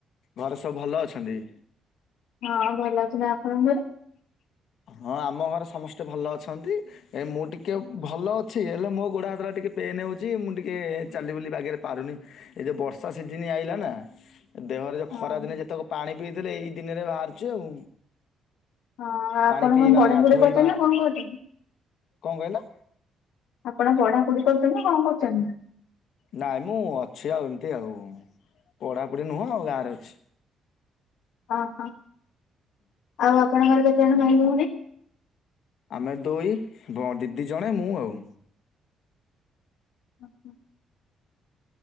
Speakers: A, on the left; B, on the left.
A: ଘରେ ସବୁ ଭଲ ଅଛନ୍ତି?
B: ହଁ, ଭଲ ଅଛନି। ଆପଣଙ୍କ ଘରେ?
A: ହଁ, ଆମ ଘରେ ସମସ୍ତେ ଭଲ ଅଛନ୍ତି। ଏ ମୁଁ ଟିକେ ଭଲ ଅଛି, ହେଲେ ମୋ ଗୋଡ଼ ହାତଟା ଟିକେ ପେନ୍ ହେଉଛି। ମୁଁ ଟିକେ ଚାଲି ବୁଲି ବାଗରେ ପାରୁନି। ଏଇ ଯେ ବର୍ଷା ସିଜିନ଼ ଆଇଲା ନା! ଦେହରେ ଯୋଉ
B: ହଁ।
A: ଖରା ଦିନେ ଯେତେକ ପାଣି ପିଇଥିଲେ। ଏଇ ଦିନରେ ବାହାରୁଛି ଆଉ
B: ହଁ ଆପଣ
A: ପାଣି ପିଇବା,
B: କଣ ପଢାପଢି
A: ଗାଧୋଇବା,
B: କରୁଛନ୍ତି ନା କଣ କରୁଛନ୍ତି?
A: କଣ କହିଲ?
B: ଆପଣ ପଢାପଢି କରୁଚନି ନା କଣ କରୁଚନି?
A: ନାଇଁ, ମୁଁ ଅଛି, ଆଉ ଏମିତି ଆଉ। ପଢାପଢି ନୁହଁ ଗାଁରେ ଅଛି।
B: ଅ ହଁ, ଆଉ ଆପଣଙ୍କର କେତେଜଣ ଭାଇ ଭଉଣୀ?
A: ଆମେ ଦୁଇ, ଦିଦି ଜଣେ ମୁଁ ଆଉ।
B: ହ ହୋ